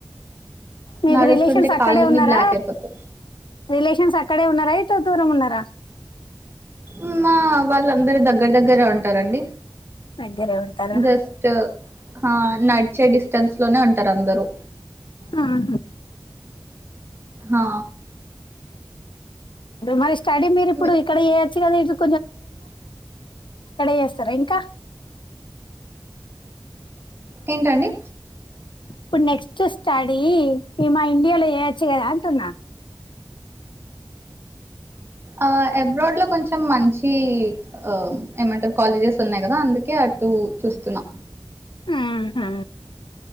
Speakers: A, on the left; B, on the right.
A: మీకు
B: నడుస్తుంటే
A: రిలేషన్స్ అక్కడే
B: కాళ్ళన్నీ
A: ఉన్నారా
B: బ్లాక్ అయిపోతాయి
A: రిలేషన్స్ అక్కడే ఉన్నారా అంత దూరం ఉన్నారా
B: ఉ మా వాళ్ళందరి దర్పే అంట దగ్గరే ఉంటారండి
A: దగ్గరే ఉంటారా
B: జస్ట్ ఆ నడిచే డిస్టెన్స్ లోనే ఉంటారు అందరుూ
A: ఆహా
B: ఆ
A: మరి స్టడీ మీరు ఇప్పుడు
B: మీ-
A: ఇక్కడ చేయచ్చు కదా ఇదు చేస్తారా ఇంకా
B: ఏంటండి
A: ఇప్పుడు నెక్స్ట్ స్టడీ మా ఇండియాలో చేయొచ్చు కదా అంటున్నా
B: ఆ అబ్రాడ్ లో కొంచెం మంచి ఆ ఏమంటారు కాలేజెస్ ఉన్నాయి కదా అందుకే అటు చూస్తున్నా
A: ఆహా.